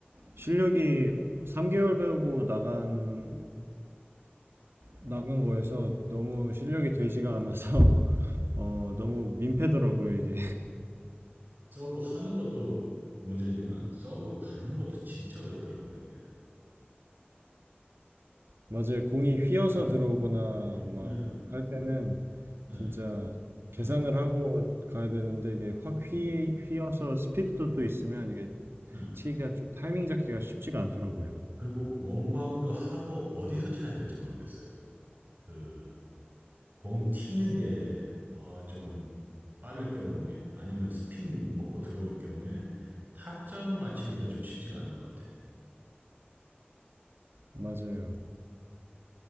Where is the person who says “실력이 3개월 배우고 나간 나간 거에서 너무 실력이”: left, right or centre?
Right